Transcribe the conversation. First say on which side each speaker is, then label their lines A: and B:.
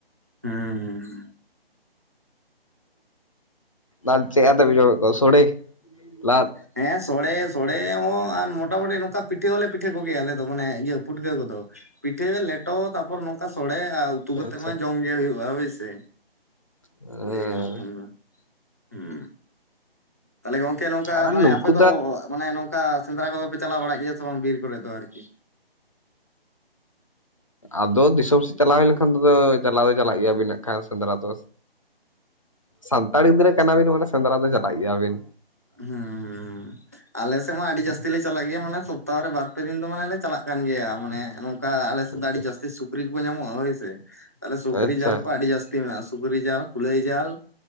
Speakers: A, on the right; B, on the left.
A: ᱦᱩᱸ ᱦᱩᱸ ᱦᱩᱸ᱾
B: ᱟᱨ ᱪᱮᱫ ᱟᱛᱮᱫ ᱵᱤᱱ ᱡᱚᱢᱞᱮᱫ ᱠᱚᱣᱟ ᱥᱚᱲᱮ, ᱞᱟᱫ?
A: ᱦᱮᱸ ᱥᱚᱲᱮ ᱥᱚᱲᱮ ᱦᱚᱸ ᱟᱨ ᱢᱚᱴᱟ ᱢᱩᱴᱤ ᱱᱚᱝᱠᱟ ᱯᱤᱴᱷᱟᱹ ᱦᱚᱸᱞᱮ ᱯᱤᱴᱷᱟᱹ ᱠᱚ ᱜᱮᱭᱟ ᱟᱞᱮ ᱫᱚ ᱢᱟᱱᱮ ᱤᱭᱟᱹ ᱯᱩᱴᱠᱟᱹ ᱠᱚᱫᱚ᱾ ᱯᱤᱴᱷᱟᱹ ᱞᱮᱴᱚ ᱛᱟᱯᱚᱨ ᱱᱚᱝᱠᱟ ᱥᱚᱲᱮ ᱟᱨ ᱩᱛᱩ ᱠᱟᱛᱮᱜ
B: ᱟᱪᱪᱷᱟ
A: ᱢᱟ ᱡᱚᱢ ᱜᱮ ᱦᱩᱭᱩᱜᱼᱟ ᱦᱳᱭ ᱥᱮ᱾
B: ᱦᱮᱸ
A: ᱞᱟᱹᱭ ᱜᱟᱱᱚᱜ ᱠᱷᱟᱱ ᱫᱚ ᱦᱩᱸ᱾ ᱛᱟᱦᱞᱮ ᱜᱚᱝᱠᱮ ᱱᱚᱝᱠᱟ
B: ᱟᱨ ᱱᱩᱠᱩ
A: ᱢᱟᱱᱮ ᱟᱯᱮ ᱫᱚ ᱢᱟᱱᱮ ᱱᱚᱝᱠᱟᱼᱼ ᱥᱮᱸᱫᱽᱨᱟ ᱠᱚᱫᱚ ᱯᱮ ᱪᱟᱞᱟᱣ ᱵᱟᱲᱟᱜ ᱜᱮᱭᱟ ᱥᱮ ᱵᱟᱝ ᱵᱤᱨ ᱠᱚᱨᱮ ᱫᱚ ᱟᱨᱠᱤ᱾
B: ᱟᱫᱚ ᱫᱤᱥᱚᱢ ᱥᱮᱫ ᱪᱟᱞᱟᱣ ᱦᱩᱭ ᱞᱮᱱᱠᱷᱟᱱ ᱛᱮᱫᱚ ᱪᱟᱞᱟᱣ ᱫᱚ ᱪᱟᱞᱟᱜ ᱜᱮᱭᱟ ᱵᱤᱱᱟᱜ ᱠᱷᱟᱱ ᱥᱮᱸᱫᱽᱨᱟ ᱫᱚ᱾ ᱥᱟᱱᱛᱟᱲ
A: ᱚ
B: ᱜᱤᱫᱽᱨᱟᱹ
A: ᱟᱪᱪᱷᱟ
B: ᱠᱟᱱᱟ ᱵᱤᱱ ᱢᱟᱱᱮ ᱥᱮᱸᱫᱽᱨᱟ ᱫᱚ ᱪᱟᱞᱟᱜ ᱜᱮᱭᱟ ᱵᱤᱱ᱾
A: ᱦᱩᱸ ᱦᱩᱸ ᱦᱩᱸ᱾ ᱟᱞᱮ ᱥᱮᱫ ᱢᱟ ᱟᱹᱰᱤ ᱡᱟᱹᱥᱛᱤ ᱞᱮ ᱪᱟᱞᱟᱜ ᱜᱮᱭᱟ ᱢᱟᱱᱮ ᱥᱚᱯᱛᱟ ᱦᱚ ᱵᱟᱨ ᱯᱮ ᱫᱤᱱ ᱫᱚ ᱢᱟᱱᱮ ᱞᱮ ᱪᱟᱞᱟᱜ ᱠᱟᱱ ᱜᱮᱭᱟ ᱢᱟᱱᱮᱼᱼ ᱚᱱᱠᱟ ᱟᱞᱮ ᱥᱮᱫ
B: ᱟᱪᱪᱷᱟ
A: ᱫᱚ ᱟᱹᱰᱤ ᱡᱟᱹᱥᱛᱤ ᱥᱩᱠᱨᱤ ᱠᱚᱠᱚ ᱧᱟᱢᱚᱜᱼᱟ ᱦᱳᱭ ᱥᱮ ᱛᱟᱦᱚᱞᱮ ᱥᱩᱠᱨᱤ
B: ᱟᱪᱪᱷᱟ
A: ᱡᱟᱞ ᱠᱚ ᱟᱹᱰᱤ ᱡᱟᱹᱥᱛᱤᱼᱼ ᱡᱟᱹᱥᱛᱤ ᱢᱮᱱᱟᱜᱼᱟ ᱥᱩᱠᱨᱤ ᱡᱟᱞ ᱠᱩᱞᱟᱹᱭ ᱡᱟᱞ